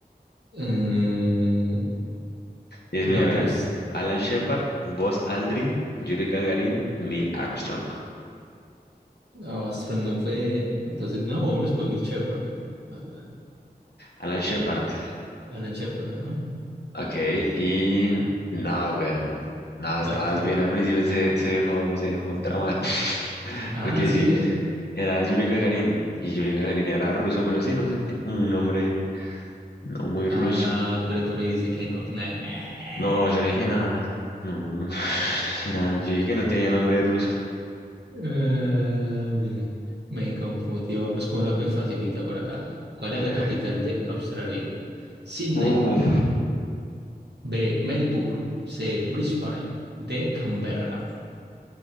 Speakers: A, on the right (about 80°); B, on the left (about 75°).
A: Eh,
B: Es,
A: no,
B: mira, mira.
A: pero es,
B: Alan Shepard, Buzz Aldrin, Yuri Gagarin, Neil Armstrong.
A: no, Astron no fue. Entonces, no, vámonos con Nick Shepard. Ala-
B: Alan Shepard.
A: Alan Shepard, ajá.
B: Ok, y. No, güey. No,
A: ¿Cuál
B: estabas
A: quién?
B: bien al principio, se, se dejó, se dejó tramar. <laughs>
A: Ah,
B: Porque
A: sí.
B: sí,
A: eh,
B: Era Yuri Gagarin. Y Yuri Gagarin era ruso, pero sí, no sé, tiene como un nombre no muy
A: Ah,
B: ruso.
A: pero tú me dices que no. <laughs> Nah.
B: No, yo no dije nada. No, no, no <laughs> no dije nada. Yo dije que no tenía nombre ruso.
A: Ah, me, me confundí. Vamos con una pues facilita por acá. ¿Cuál
B: Hágale,
A: es la
B: a
A: capital
B: ver.
A: de Australia? Sydney.
B: Uf.
A: M- B. Melbourne. C. Brisbane. D. Canberra.